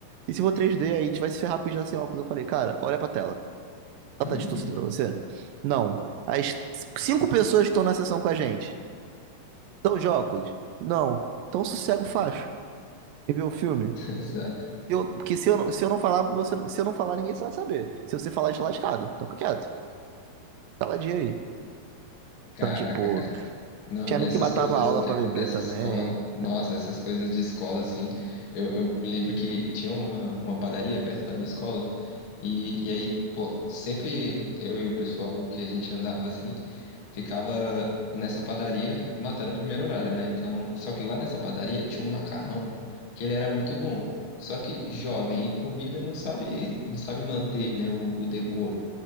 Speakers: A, on the right (about 80°); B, on the left (about 45°).
A: E se for 3D, aí a gente vai se ferrar porque já sem óculos. Eu falei, cara, olha pra tela. Ela
B: <laughs>
A: tá distorcida pra você? Não. As cinco pessoas que estão na sessão com a gente. Estão de óculos? Não. Então sossega o facho e vê o filme. Se
B: Exato.
A: eu- porque se eu, não- se eu não falar, você, não- se eu não falar, ninguém vai saber. Se você falar, a gente tá lascado. Então fica quieto. Caladinho aí.
B: Caraca,
A: Então, tipo,
B: cara. Não,
A: tinha amigo
B: essas
A: que matava
B: coisas assim
A: a aula
B: que
A: pra
B: acontecem
A: beber também.
B: em escola, nossa, essas coisas de escola assim, eu, eu me lembro que tinha uma, uma padaria perto da minha escola e, e aí, pô, sempre eu e o pessoal que a gente andava assim, ficava nessa padaria matando o primeiro horário, né? Então, só que lá nessa padaria tinha um macarrão que ele era muito bom, só que jovem e comida não sabe, não sabe manter, né, o, o decoro.